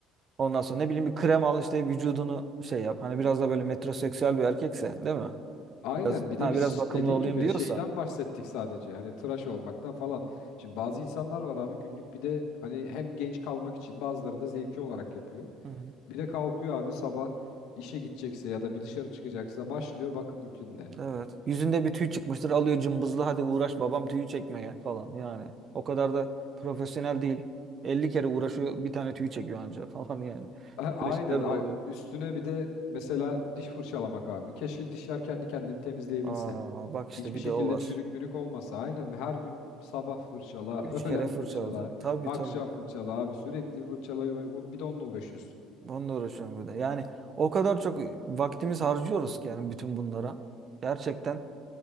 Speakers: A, on the right; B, on the left.
A: Ondan sonra ne bileyim bir krem al işte vücudunu şey yap. Hani biraz da böyle metroseksüel bir erkekse değil mi?
B: Aynen
A: Biraz,
B: bir
A: ha,
B: de biz
A: biraz bakımlı
B: dediğin
A: olayım
B: gibi
A: diyorsa.
B: şeyden bahsettik sadece hani tıraş olmaktan falan. Şimdi bazı insanlar var abi günlük bir de hani hem genç kalmak için bazıları da zevki olarak yapıyor.
A: Hı hı.
B: Bir de kalkıyor abi sabah işe gidecekse ya da bir dışarı çıkacaksa başlıyor bakım rutinine.
A: Evet. Yüzünde bir tüy çıkmıştır alıyor cımbızlı hadi uğraş babam tüyü çekmeye falan yani. O kadar da profesyonel değil. elli kere uğraşıyor bir tane tüy çekiyor anca <laughs> falan yani.
B: A- Aynen
A: Böyle şeyler
B: a-
A: de oluyor.
B: üstüne bir de mesela diş fırçalamak abi. Keşke dişler kendi kendini temizleyebilse.
A: Aa bak işte
B: Hiçbir
A: bir
B: şekilde
A: de o var.
B: çürük mürük olmasa. Aynen her gün sabah fırçala,
A: Üç
B: <laughs> öğlen
A: kere fırça
B: fırçala,
A: alacaksın. Tabii
B: akşam
A: tabii.
B: fırçala abi sürekli fırçalayı bir de onunla uğraşıyorsun.
A: Onunla uğraşıyorum bir de. Yani o kadar çok vaktimiz harcıyoruz ki yani bütün bunlara. Gerçekten